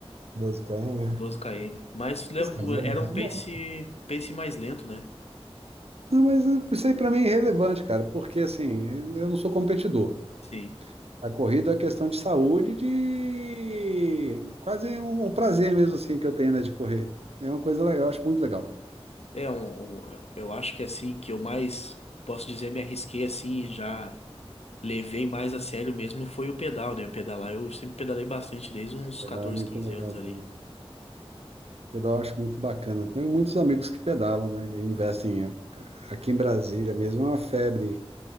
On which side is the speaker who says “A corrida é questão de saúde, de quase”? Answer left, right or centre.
Right